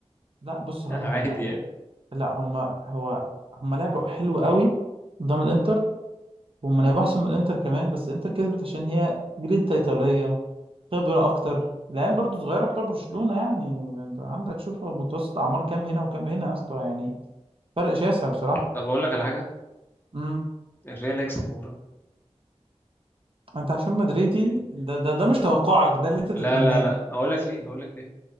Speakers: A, on the right (about 55°); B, on the left (about 20°).
A: لا بص
B: <laughs>
A: هقول
B: عادي
A: لك على حاجه
B: يعني
A: لا هما هو هما لعبوا حلو قوي قدام الانتر وهما لعبوا احسن من الانتر كمان بس الانتر كسبت عشان هي جرينتا ايطاليه خبره اكتر العيال برضو صغيره بتوع برشلونه يعني انت عندك شوف متوسط اعمار كام هنا وكام هنا يا اسطى يعني فرق شاسع بصراحه
B: طب أقول لك على حاجة
A: امم
B: الريال هيكسب بكرة
A: انت عشان مدريدي ده ده ده مش توقعك ده اللي انت
B: لا
A: تتمناه
B: لا لا أقول لك ليه أقول لك ليه